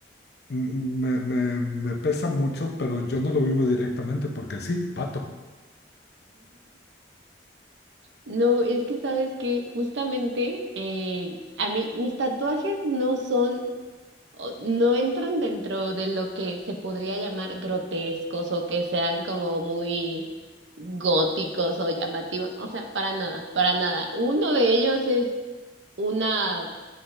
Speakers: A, on the left; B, on the right.
A: me, me- me pesa mucho, pero yo no lo vivo directamente porque sí, pato.
B: No, es que sabes que justamente eh, a mí mis tatuajes no son o- no entran dentro de lo que se podría llamar grotescos o que sean como muy góticos o llamativos, o sea, para nada, para nada. Uno de ellos es una